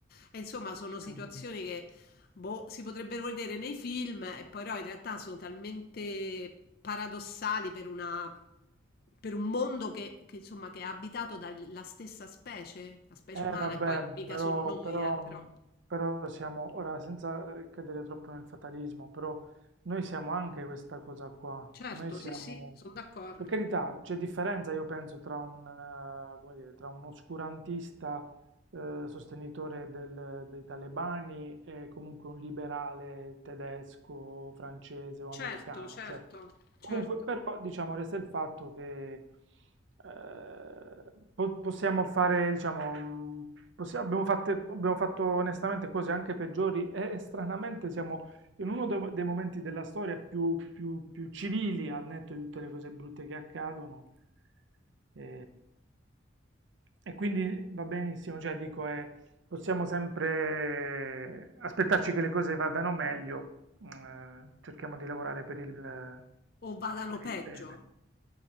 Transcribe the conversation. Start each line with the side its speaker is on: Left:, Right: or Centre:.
Left: E insomma, sono
Right: Sì.
Left: Mh. situazioni che Boh, si potrebbero vedere nei film e però in realtà sono talmente paradossali per una, per un mondo che, che, insomma che è abitato dalla stessa specie, la specie
Right: Eh,
Left: umana,
Right: vabbè,
Left: e poi mica
Right: però,
Left: solo noi,
Right: però,
Left: eh, però.
Right: però siamo, ora, senza eh, cadere troppo nel fatalismo, però noi siamo anche questa cosa qua.
Left: Certo,
Right: Noi siamo,
Left: sì, sì, sono d'accordo.
Right: per carità, c'è differenza, io penso, tra un, eh, come dire, tra un oscurantista eh, sostenitore del- dei talebani e comunque un liberale tedesco, francese o americano.
Left: Certo, certo,
Right: Cioè, comunque,
Left: certo.
Right: però, diciamo, resta il fatto che eh, po- possiamo fare, diciamo, mh, possi- abbiamo fatte- abbiamo fatto onestamente cose anche peggiori e stranamente siamo in uno de- dei momenti della storia più, più- più civili, al netto di tutte le cose brutte che accadono. E, e quindi va benissimo, cioè dico, eh, possiamo sempre aspettarci che le cose vadano meglio, eh, cerchiamo di lavorare per il, per
Left: O vadano
Right: il
Left: peggio.
Right: bene.